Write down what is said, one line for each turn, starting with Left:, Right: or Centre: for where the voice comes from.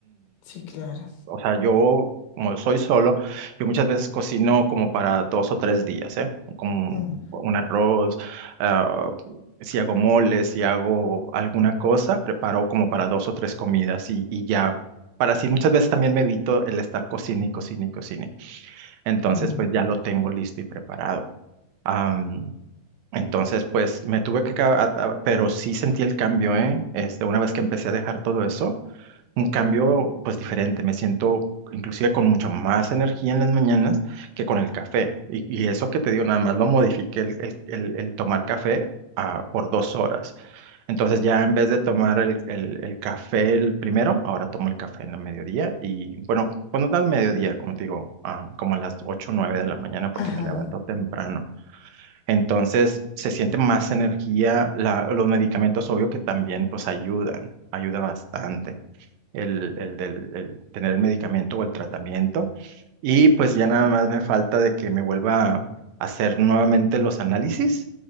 Left: sí, claro.
Right: O sea, yo, como soy solo, yo muchas veces cocino como para dos o tres días, ¿eh? Como
Left: Mm,
Right: un arroz, ah, si hago moles, si hago alguna cosa, preparo como para dos o tres comidas y, y ya. Para así muchas veces también me evito el estar cocine y cocine y cocine. Entonces,
Left: mm,
Right: pues ya lo tengo listo y preparado. Am, entonces, pues me tuve que, ca- a- a- pero sí sentí el cambio, ¿eh? Este, una vez que empecé a dejar todo eso un cambio pues diferente. Me siento inclusive con mucha más energía en las mañanas que con el café. Y, y eso que te digo, nada más lo modifiqué el, el- el- el tomar café ah, por dos horas. Entonces ya en vez de tomar el, el- el café el primero, ahora tomo el café en la mediodía. Y bueno, cuando da el mediodía, como te digo, ah, como a las 8 o 9 de la mañana porque
Left: ajá.
Right: me levanto temprano. Entonces se siente más energía, la- los medicamentos obvio que también pues ayudan, ayuda bastante el, el del- el tener el medicamento o el tratamiento. Y pues ya nada más me falta de que me vuelva a hacer nuevamente los análisis